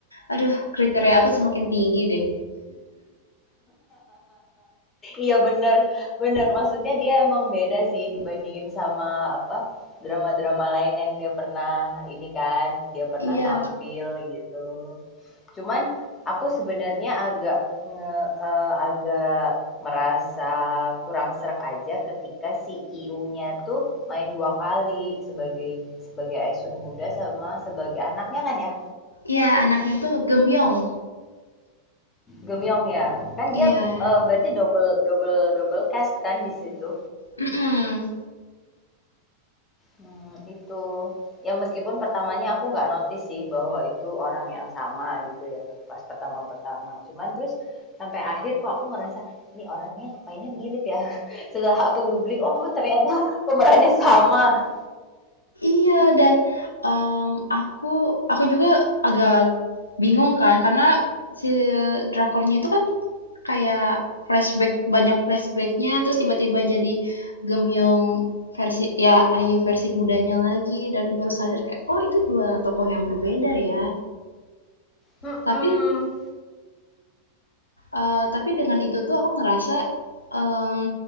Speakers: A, on the left; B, on the left.
A: aduh kriteria aku semakin tinggi deh
B: Iya bener, bener. Maksudnya dia emang beda sih dibandingin sama apa drama-drama lain yang dia pernah ini kan, dia pernah
A: Iya,
B: tampil gitu. Cuman aku sebenarnya agak nge- eh, agak merasa kurang serak aja ketika CEO-nya tuh main dua kali sebagai sebagai Aisun muda sama sebagai anaknya kan ya,
A: iya anaknya tuh Gemyong
B: Gemyong ya. Kan
A: iya.
B: dia eh, berarti double double double cast kan di situ.
A: Mm-mm.
B: Mmm, itu. Ya meskipun pertamanya aku nggak notice sih bahwa itu orang yang sama gitu ya, pas pertama-pertama. Cuman terus sampai akhir kok aku ngerasa, "Ini orangnya kok kayaknya mirip ya?" <laughs> Setelah aku googling, oh ternyata pemerannya sama.
A: Iya dan em, aku aku juga agak bingung kan karena si drakornya itu kan kayak flashback banyak flashbacknya terus tiba-tiba jadi Gemyong versi ya Ayu versi mudanya lagi dan baru sadar kayak oh itu dua tokoh yang berbeda ya
B: Mhm,
A: tapi Eee, tapi dengan itu tuh aku ngerasa, mmm,